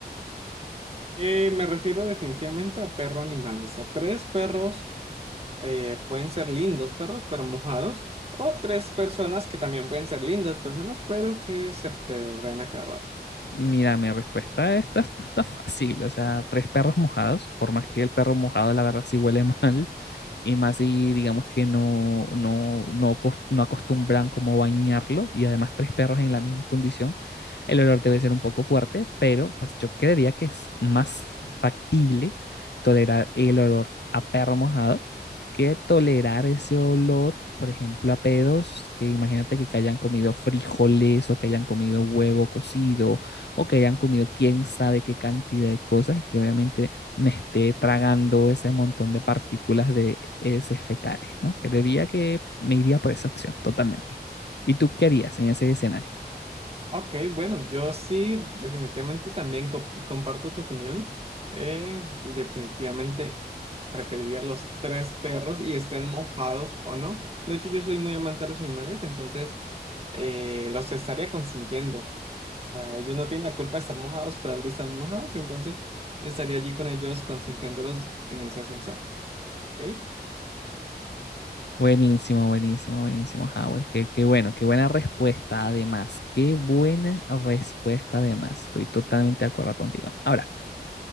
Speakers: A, on the right; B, on the left.
A: Eh, me refiero definitivamente a perro animal, o sea, tres perros eh, pueden ser lindos perros, pero mojados, o tres personas que también pueden ser lindas personas, pero que se pedorrean a cada rato.
B: Mira, mi respuesta está, está, está fácil, o sea, tres perros mojados, por más que el perro mojado la verdad sí huele <laughs> mal, y más si digamos que no, no, no, acos- no acostumbran como bañarlo, y además tres perros en la misma condición, el olor debe ser un poco fuerte, pero pues yo creería que es más factible tolerar el olor a perro mojado que tolerar ese olor, por ejemplo, a pedos, que imagínate que que hayan comido frijoles o que hayan comido huevo cocido o que hayan comido quién sabe qué cantidad de cosas y que obviamente me esté tragando ese montón de partículas de heces fecales, ¿no? Creería que me iría por esa opción, totalmente. ¿Y tú qué harías en ese escenario?
A: Ok, bueno, yo sí definitivamente también co- comparto tu opinión. Eh, definitivamente preferiría los tres perros y estén mojados o no. De hecho, yo soy muy amante de los animales, entonces eh, los estaría consintiendo. O sea, ellos no tienen la culpa de estar mojados, pero algo están mojados, entonces estaría allí con ellos consintiéndolos en ese ascensor. ¿Ok?
B: Buenísimo, buenísimo, buenísimo, Howard. Qué, qué bueno, qué buena respuesta además. Qué buena respuesta además. Estoy totalmente de acuerdo contigo. Ahora,